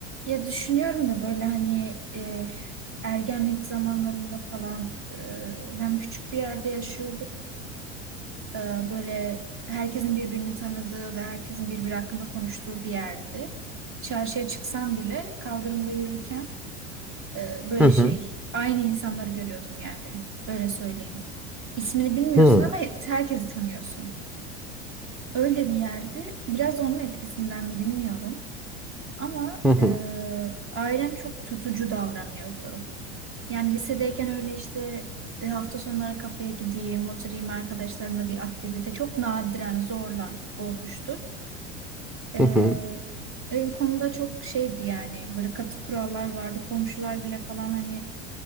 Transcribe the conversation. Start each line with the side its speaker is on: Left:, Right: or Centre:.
Right: Ya düşünüyorum da böyle hani e, ergenlik zamanlarımda falan e, hem küçük bir yerde yaşıyorduk. E, böyle herkesin birbirini tanıdığı ve herkesin birbiri hakkında konuştuğu bir yerdi. Çarşıya çıksam bile kaldırımda yürürken e, böyle
Centre: Hı hı.
Right: şey aynı insanları görüyordun yani öyle söyleyeyim. İsmini bilmiyorsun
Centre: Hı hı.
Right: ama herkesi tanıyorsun. Öyle bir yerdi. Biraz onun etkisinden mi bilmiyorum. Ama
Centre: Hı hı.
Right: e, ailem çok tutucu davranıyordu. Yani lisedeyken öyle işte e, hafta sonları kafeye gideyim, oturayım arkadaşlarımla bir aktivite çok nadiren zorla olmuştur. Ee,
Centre: hı.
Right: e, bu konuda çok şeydi yani böyle katı kurallar vardı. Komşular bile falan hani